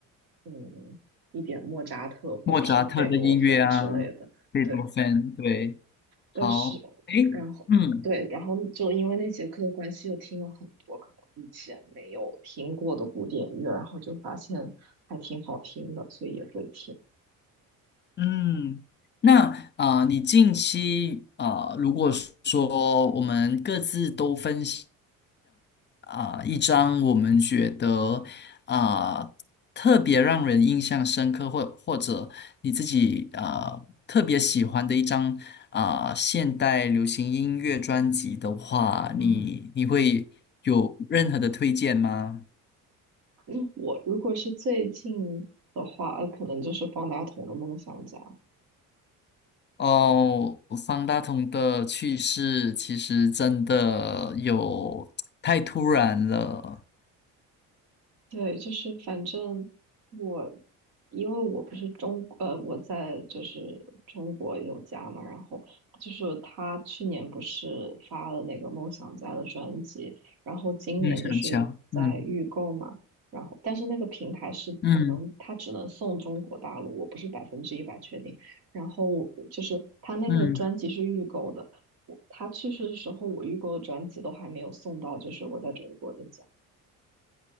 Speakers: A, on the right; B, on the left.
A: 嗯，一点莫扎特或者什么贝多芬之类的。
B: 莫扎特的音乐啊，贝多芬，
A: 对，
B: 对，
A: 但是
B: 好，诶，
A: 然后对，
B: 嗯，
A: 然后就因为那节课的关系，又听了很多可能以前没有听过的古典乐，然后就发现还挺好听的，所以也会听。
B: 嗯，那啊、呃你近期啊、呃如果说我们各自都分享啊、一张我们觉得啊、特别让人印象深刻，或或者你自己啊、特别喜欢的一张啊、现代流行音乐专辑的话，
A: 嗯，
B: 你你会有任何的推荐吗？
A: 那我如果是最近的话，呃可能就是方大同的《梦想家》。
B: 哦，方大同的去世其实真的有太突然了。
A: 对，就是反正我，因为我不是中，呃，我在就是中国有家嘛，然后就是他去年不是发了那个梦想家的专辑，然后今年就是在预购嘛，
B: 嗯，想想，嗯
A: 然后但是那个平台是可能他只能送中国大陆，
B: 嗯
A: 我不是百分之一百确定，然后就是他那个专辑是预购的，
B: 嗯，
A: 我他去世的时候我预购的专辑都还没有送到，就是我在中国的家。